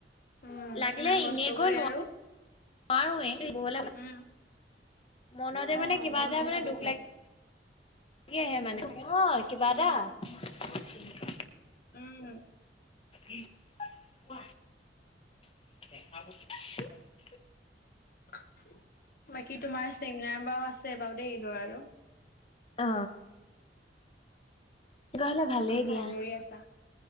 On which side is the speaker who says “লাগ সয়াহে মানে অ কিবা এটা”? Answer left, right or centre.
Left